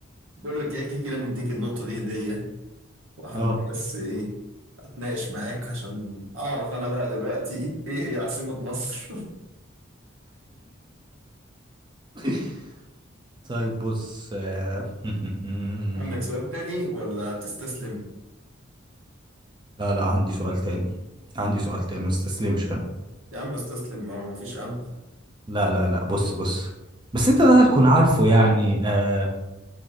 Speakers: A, on the right (about 80°); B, on the right (about 20°).
A: بقول لك ايه كده كده مديك النقطه دي هديه وحبيت
B: اه
A: بس ايه اتناقش معاك عشان اعرف انا بقى دلوقتي ايه هي عاصمه مصر
B: <laughs> طيب بص آه، <laughs>
A: <laughs> عندك سؤال تاني ولا تستسلم
B: لا لا عندي سؤال تاني عندي سؤال تاني ما استسلمش انا
A: يا عم استسلم ما ما فيش امل
B: لا لا لا بص بص بس انت ده هتكون عارفه يعني آه